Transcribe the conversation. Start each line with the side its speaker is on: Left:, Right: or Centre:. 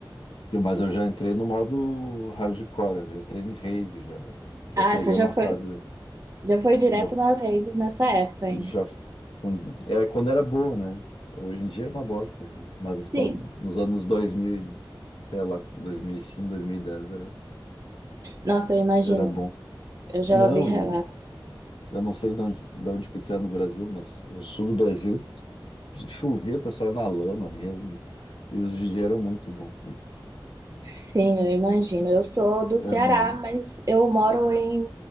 Left: Eu- Mas eu já entrei no modo hardcore, eu já entrei em rave, já, já
Right: Ah,
Left: peguei
Right: você já
Left: uma
Right: foi,
Left: fase.
Right: já foi direto
Left: Já
Right: nas raves nessa época, hein?
Left: Já quando- é quando era boa, né? Hoje em dia é uma bosta, mas quando,
Right: Sim.
Left: nos anos 2000 e, sei lá, 2005, dez era,
Right: Nossa, eu imagino.
Left: era bom.
Right: Eu já
Left: Não,
Right: ouvi relatos.
Left: e eu não sei de onde, de onde que tu é no Brasil, mas no sul do Brasil chovia, o pessoal ia na lama mesmo, e os DJs eram muito bons.
Right: Sim, eu imagino. Eu sou do Ceará,
Left: Era uma...
Right: mas eu moro em,